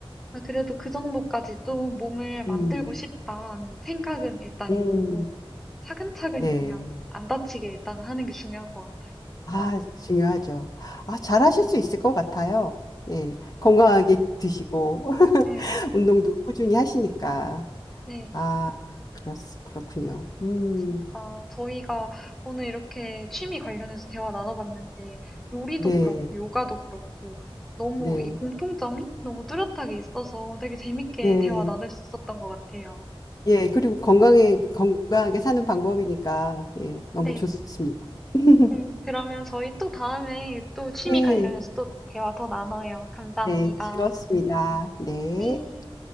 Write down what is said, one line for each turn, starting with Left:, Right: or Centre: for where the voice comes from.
Centre: 아, 그래도 그 정도까지 좀 몸을 만들고
Left: 음,
Centre: 싶다는 생각은 일단
Left: 음,
Centre: 있고 차근차근히
Left: 네.
Centre: 그냥 안 다치게 일단 하는 게 중요한 것 같아요.
Left: 아, 중요하죠. 아, 잘하실
Centre: 음.
Left: 수 있을 것 같아요. 네. 건강하게 드시고, <laughs>
Centre: 네,
Left: 운동도 꾸준히 하시니까.
Centre: 네.
Left: 아, 그렇, 그렇군요. 음,
Centre: 진짜 저희가 오늘 이렇게 취미 관련해서 대화 나눠봤는데 요리도
Left: 네,
Centre: 그렇고 요가도 그렇고 너무
Left: 네,
Centre: 이 공통점이 너무 뚜렷하게 있어서 되게 재밌게
Left: 네.
Centre: 대화 나눌 수 있었던 것 같아요.
Left: 예, 그리고 건강에, 건강하게 사는 방법이니까, 예, 너무
Centre: 네.
Left: 좋습니다. <laughs>
Centre: 네. 그러면 저희 또 다음에 또 취미
Left: 네.
Centre: 관련해서 또 대화 더 나눠요. 감사합니다.
Left: 네, 즐거웠습니다. 네.
Centre: 네.